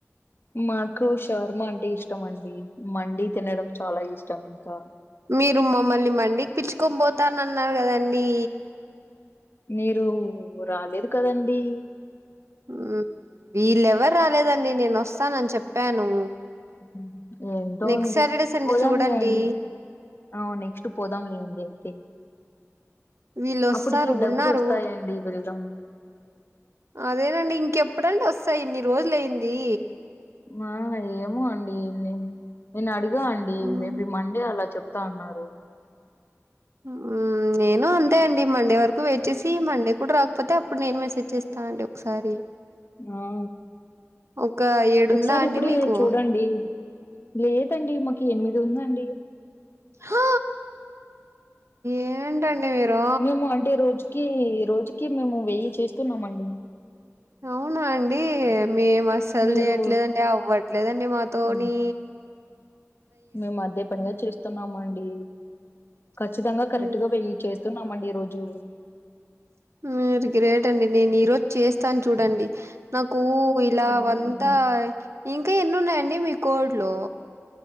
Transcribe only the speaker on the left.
మాకు షవర్మ అంటే ఇష్టం అండి మండి తినడం చాలా ఇష్టం ఇంకా
మీరు రాలేదు కదండీ
మ్ హు ఎంటో
అండి
పోదాంలే
అండి ఆ నెక్స్ట్ పోదాం లేండి అయితే
అప్పటికి డబ్బులు
వస్తాయండి వెళ్దాం
ఆ ఏమో అండి నే నేనడిగా అండి
మేబి మండే అలా చెప్ ప్తా అన్నారు
ఆ
ఒకసారి
ఇప్పుడే
చూడండి లేదండి మాకు ఎనిమిది ఉందండి
మేము అంటే రోజుకి రోజుకి మేము వెయ్యి చేస్తున్నామ్ అండి
మీరు
ఉమ్, మేము అదే పనిగా చేస్తున్నామండి ఖచ్చితంగా కరెక్ట్
గా వెయ్ చేస్తున్నామండి రోజు
సరే
అండి